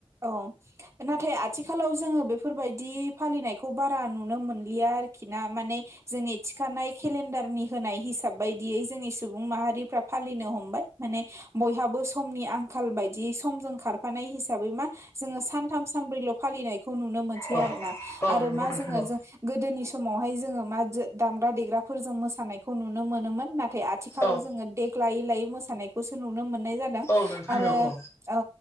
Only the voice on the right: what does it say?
औ नाथाय आथिखालाव जोंङो बेफोरबायदि फालिनायखौ बारा नुनो मोनलिया आरोखि ना माने जोंनि थिखानाय केलेन्डारनि होनाय हिसाब बायदियै जोंनि सुबुं माहारिफ्रा फालिनो हमबाय माने बयहाबो समनि आंखाल बायदि समजों खार फानाय हिसाबै मा जोंङो सानथाम सानब्रैल' फालिनायखौ नुनो मोनसै
आरोना
आरो
मा
जोङो
जों गोदोनि समावहाय जोंङो मा दामग्रा देग्राफोरजों मोसानायखौ नुनो मोनोमोन ना थाय आथिखालाव
जोंङो देग लायै लायै मोसानायखौसो नुनो मोननाय जादों
आरो
औ